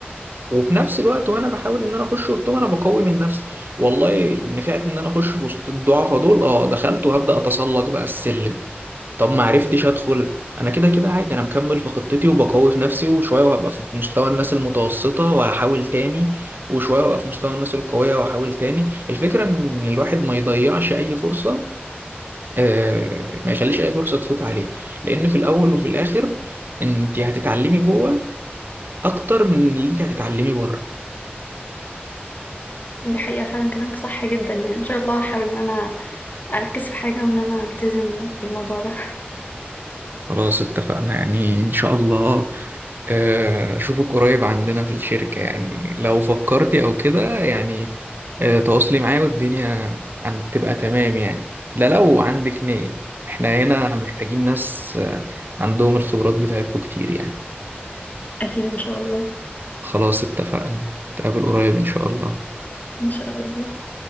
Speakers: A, on the right; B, on the left.
A: وفي نفس الوقت وانا بحاول ان انا اخش وسطهم انا بقوي من نفسي والله نفعت ان انا اخش وسط الضعفاء دول اه دخلت وهبدا اتسلق بقى السلم طب ما عرفتش ادخل انا كده كده عادي انا مكمل في خطتي وبقوي في نفسي وشويه وهبقى في مستوى الناس المتوسطه وهحاول تاني وشويه وهبقى في مستوى الناس القويه وهحاول تاني الفكره ان الواحد ما يضيعش اي فرصه آه، ما يخليش اي فرصه تفوت عليه لان في الاول وفي الاخر انت هتتعلمي جوه اكتر من اللي انت هتتعلمي بره
B: دي حقيقة فعلا كلامك صح جدا يعني ان شاء الله هحاول ان انا اركز في حاجة وان انا التزم بالموضوع ده
A: خلاص اتفقنا يعني ان شاء الله آه، أشوفك قريب عندنا في الشركة يعني لو فكرتي أو كده يعني آه، تواصلي معايا والدنيا هتبقى تمام يعني ده لو عندك نية احنا هنا محتاجين ناس آه، عندهم الخبرات بتاعتكم كتير يعني
B: <laughs> اكيد ان شاء الله
A: خلاص اتفقنا نتقابل قريب إن شاء الله
B: ان شاء الله